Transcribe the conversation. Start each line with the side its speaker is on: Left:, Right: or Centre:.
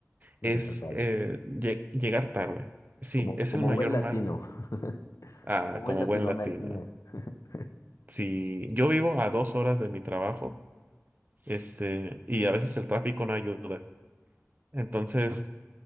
Left: Llegar
Right: es
Left: tarde.
Right: eh, lle- llegar tarde. Sí,
Left: Como,
Right: es
Left: como
Right: el mayor
Left: buen latino,
Right: mal,
Left: <laughs>
Right: ah,
Left: como buen
Right: como
Left: latinoamericano.
Right: buen latino.
Left: <laughs>
Right: Si yo vivo a dos horas de mi trabajo, Este, y a veces el tráfico no ayuda. Entonces,